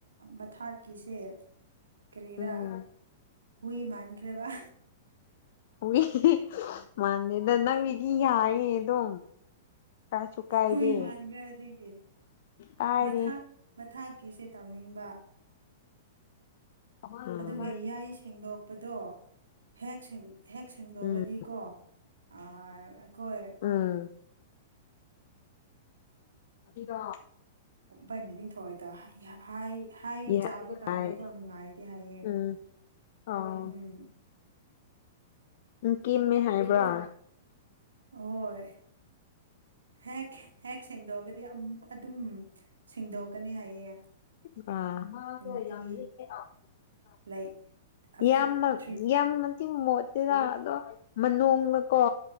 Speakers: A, on the right; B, on the left.
A: ꯃꯊꯥꯛꯀꯤꯁꯦ ꯀꯔꯤꯔꯥ
B: ꯎꯝ
A: ꯍꯨꯏꯃꯥꯟꯈ꯭ꯔꯦ ꯋꯥ
B: ꯍ ꯃꯥꯟꯅꯦꯗ ꯅꯪꯒꯤꯗꯤ ꯌꯥꯌꯦ ꯑꯗꯨꯝ ꯀꯥꯏꯁꯨ ꯀꯥꯏꯗꯦ
A: ꯍꯨꯏꯃꯥꯟꯈꯗꯒꯤ
B: ꯀꯥꯏꯗꯦ
A: ꯃꯊꯛ ꯃꯊꯥꯀꯤ ꯀ ꯆꯠꯄꯥꯦꯁꯦ ꯇꯧꯅꯤꯡꯕ
B: ꯎꯝ
A: ꯑꯗꯨꯒ ꯌꯥꯏ ꯁꯦꯡꯗꯣꯛꯄꯗꯣ ꯍꯦꯛꯦꯡ ꯍꯦꯛ ꯁꯦꯡꯗꯣꯛꯈ꯭ꯔꯗꯤꯀꯣ
B: ꯎꯝ
A: ꯑꯩꯈꯣꯏ
B: ꯎꯝ ꯒꯤꯗꫭ
A: <unintelligible> ꯅꯤ ꯅꯤꯡꯊꯧꯑꯏꯗꯣ ꯍꯥꯏ ꯍꯥꯏ
B: ꯌꯥ
A: ꯆꯥꯕ ꯀꯥꯟꯗꯀꯣ
B: ꯍꯥꯏ
A: ꯅꯨꯡꯉꯥꯏꯇꯦ ꯍꯥꯏꯌꯦ
B: ꯎꯝ ꯑꯣ
A: ꯎꯝ
B: ꯎ ꯀꯦꯝꯃꯦ ꯍꯥꯏꯕ꯭ꯔꯥ
A: ꯑꯗꯨꯝ ꯍꯣꯏ ꯍꯦꯛ ꯍꯦꯛ ꯁꯦꯡꯗꯣꯛꯑꯒꯗꯤ ꯑꯗꯨꯝ ꯁꯦꯡꯗꯣꯛꯀꯅꯤ ꯍꯥꯏꯌꯦ
B: <inaudible> <unintelligible>
A: ꯅꯨꯡꯇꯤ ꯂꯥꯏꯛ ꯑꯥꯐꯇꯔ
B: ꯌꯥꯝ
A: ꯊ꯭ꯔꯤ
B: ꯌꯥꯝ <unintelligible> ꯃꯣꯠꯇꯦꯗ ꯑꯗꯣ ꯃꯅꯨꯡꯒꯀꯣ